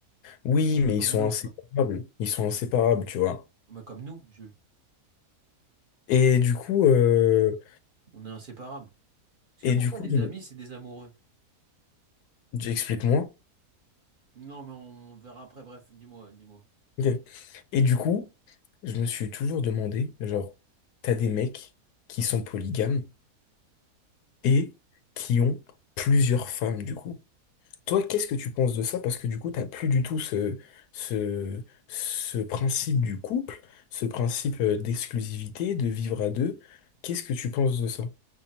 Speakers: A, on the left; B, on the right.
A: Oui, mais
B: comme
A: ils sont
B: nous.
A: inséparables. Ils sont inséparables, tu vois.
B: Bah, comme nous, Jules.
A: Et du coup, euh,
B: On est inséparables. Est-ce
A: et
B: que pour
A: du
B: toi,
A: coup,
B: les
A: il-
B: amis, c'est des amoureux?
A: j'explique-moi.
B: Non, mais on verra après. Bref, dis-moi, dis-moi.
A: Ok. Et du coup, je me suis toujours demandé, genre, t'as des mecs qui sont polygames et qui ont plusieurs femmes, du coup. Toi, qu'est-ce que tu penses de ça? Parce que du coup, t'as plus du tout ce, ce, ce principe du couple, ce principe euh, d'exclusivité, de vivre à deux. Qu'est-ce que tu penses de ça?